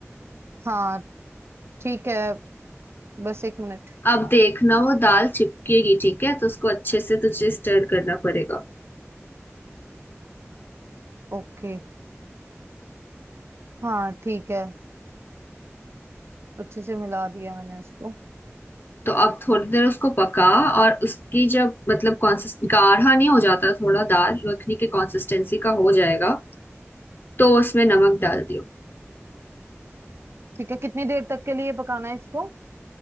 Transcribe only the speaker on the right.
हाँ ठीक है बस एक मिनट
ओके हाँ ठीक है अच्छे से मिला दिया मैंने इसको
ठीक है कितनी देर तक के लिए पकाना है इसको